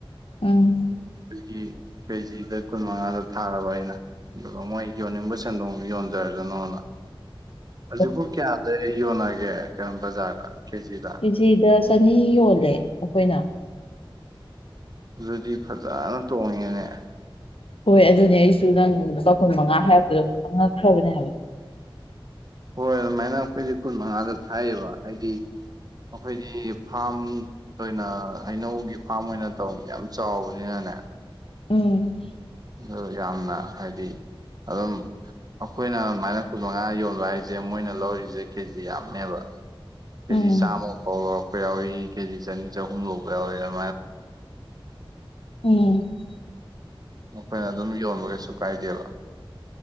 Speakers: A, on the left; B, on the right.
A: ꯎꯝ
B: ꯑꯗꯒꯤ ꯀꯦꯖꯤꯗ ꯀꯨꯟ ꯃꯉꯥꯗ ꯊꯥꯔꯕ ꯑꯩꯅ ꯑꯗꯨꯒ ꯃꯣꯏ ꯌꯣꯟꯅꯤꯡꯕ ꯁꯦꯟꯗꯣꯡꯗ ꯌꯣꯟꯖꯔꯖꯅꯣꯅ
A: <inaudible>
B: ꯍꯧꯖꯤꯛꯄꯨ ꯀꯌꯥꯗ ꯌꯣꯟꯅꯒꯦ ꯀꯩꯅꯣ ꯕꯖꯥꯔꯗ ꯀꯦꯖꯤꯗ
A: ꯀꯦꯖꯤꯗ ꯆꯅꯤ ꯌꯣꯜꯂꯦ ꯑꯈꯣꯏꯅ
B: ꯑꯗꯨꯗꯤ ꯐꯥꯖꯅ ꯇꯣꯡꯉꯦꯅꯦ
A: ꯍꯣꯏ ꯑꯗꯨꯅꯦ ꯑꯩꯁꯨ ꯅꯪ ꯂꯨꯄꯥ ꯀꯨꯟ ꯃꯉꯥ ꯍꯥꯏꯔꯛꯄꯗ ꯄꯨꯉꯛ ꯉꯛꯈ꯭ꯔꯕꯅꯦ ꯍꯥꯏꯕ
B: ꯍꯣꯏ ꯑꯗꯨꯃꯥꯏꯅ ꯑꯩꯈꯣꯏꯗꯤ ꯀꯨꯟ ꯃꯉꯥꯗ ꯊꯥꯏꯌꯦꯕ ꯍꯥꯏꯗꯤ ꯑꯩꯈꯣꯏꯗꯤ ꯐꯥ꯭ꯔꯝ ꯈꯣꯏꯅ ꯍꯩꯅꯧꯒꯤ ꯐꯥ꯭ꯔꯝ ꯑꯣꯏꯅ ꯇꯧ ꯌꯥꯝ ꯆꯥꯎꯕꯅꯤꯅꯅꯦ
A: ꯎꯝ
B: ꯑꯗꯣ ꯌꯥꯝꯅ ꯍꯥꯏꯗꯤ ꯑꯗꯨꯝ ꯑꯩꯈꯣꯏꯅ ꯑꯗꯨꯃꯥꯏꯅ ꯀꯨꯟ ꯃꯉꯥ ꯌꯣꯟꯕ ꯍꯥꯏꯖꯦ ꯃꯣꯏꯅ ꯂꯧꯔꯤꯖꯦ ꯀꯦꯖꯤ ꯌꯥꯝꯃꯦꯕ ꯀꯦꯖꯤ
A: ꯎꯝ
B: ꯆꯥꯝꯃ ꯐꯥꯎ ꯂꯧꯔꯛꯄ ꯌꯥꯎꯋꯤ ꯀꯦꯖꯤ ꯆꯅꯤ ꯆꯍꯨꯝ ꯂꯧꯕ ꯌꯥꯎꯔꯑꯦ
A: ꯎꯝ
B: ꯑꯈꯣꯏꯅ ꯑꯗꯨꯝ ꯌꯣꯟꯕ ꯀꯩꯁꯨ ꯀꯥꯏꯗꯦꯕ